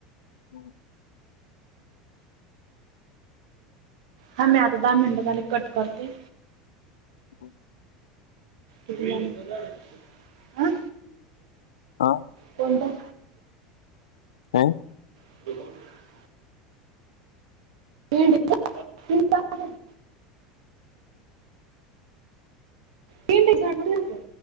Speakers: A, on the left (about 85°); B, on the right (about 75°).
A: ह
B: थांब मी आता दहा मिनिटे झाली की कट करते.
A: हो.
B: झा
A: हा
B: कोणता.
A: हो.
B: <unintelligible> तीन दिवस- तीन तास आहे. तीन <unintelligible> होत्या.